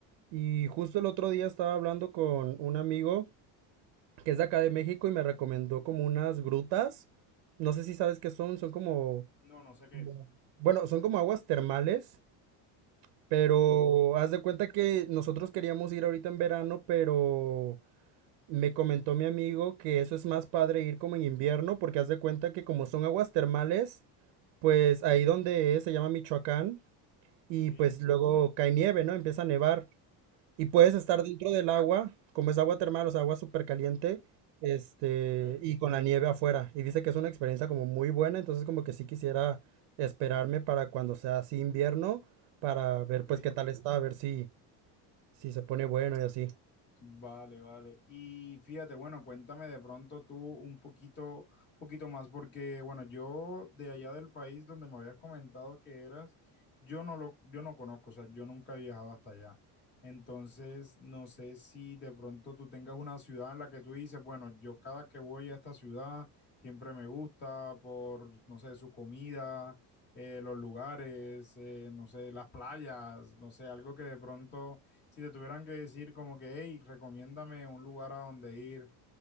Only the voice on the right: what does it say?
y justo el otro día estaba hablando con un amigo que es de acá de México y me recomendó como unas grutas. No sé si sabes qué son, son como,
como-
bueno, son como aguas termales, pero
haz de cuenta que nosotros queríamos ir ahorita en verano, pero Me comentó mi amigo que eso es más padre ir como en invierno, porque haz de cuenta que como son aguas termales, pues ahí donde es, se llama Michoacán, y
pues luego cae nieve, ¿no? Empieza a nevar. Y puedes estar dentro del agua, como es agua termal, o sea, agua súper caliente, este,
y con la nieve afuera. Y dice que es una experiencia como muy buena, entonces como que sí quisiera esperarme para cuando sea así invierno, para
ver pues qué tal está, a ver si, si se pone bueno y así.